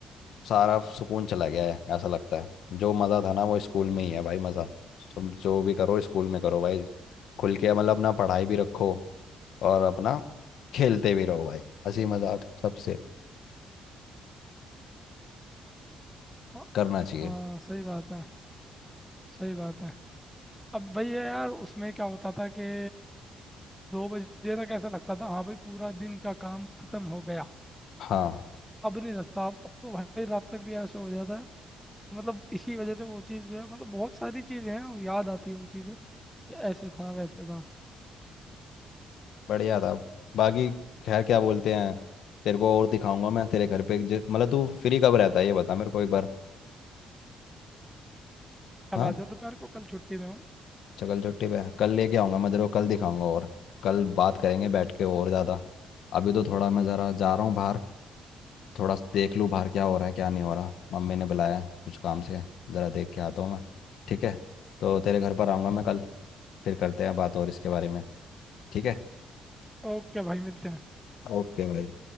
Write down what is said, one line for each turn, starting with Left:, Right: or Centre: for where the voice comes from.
Left: सारा सुकून चला गया है ऐसा लगता है जो मज़ा था ना वो स्कूल में ही है भाई मज़ा तुम जो भी करो स्कूल में करो भाई खुल के मतलब अपना पढ़ाई भी रखो और अपना खेलते भी रहो भाई हंसी मजाक सबसे
Centre: हाँ
Left: करना चाहिए
Centre: हाँ, सही बात है सही बात है अब भाई है यार उसमें क्या होता था कि दो बजे तक ऐसा लगता था हाँ भाई पूरा दिन का काम खत्म हो गया
Left: हाँ
Centre: अब नहीं लगता अब अब तो भाई रात तक भी ऐसे हो जाता है तो मतलब इसी वजह से वो चीज़ जो है मतलब बहुत सारी चीज़ें हैं वो याद आती है वो चीज़ें कि ऐसे था वैसे था
Left: बढ़िया था बाकी खैर क्या बोलते हैं तेरे को और दिखाऊंगा मैं तेरे घर पे जे- मतलब तू फ्री कब रहता है ये बता मेरे को एक बार
Centre: कल
Left: हाँ
Centre: आ जाओ दोपहर को कल छुट्टी में हूँ
Left: चकल चट्टी पे कल लेके आऊंगा मैं तेरे को कल दिखाऊंगा और कल बात करेंगे बैठ के और ज़्यादा अभी तो थोड़ा मैं ज़रा जा रहा हूँ बाहर थोड़ा देख लूँ बाहर क्या हो रहा है क्या नहीं हो रहा मम्मी ने बुलाया है कुछ काम से ज़रा देख के आता हूँ मैं ठीक है तो तेरे घर पर आऊँगा मैं कल फिर करते हैं बात और इसके बारे में ठीक है
Centre: ओके भाई मिलते हैं
Left: ओके भाई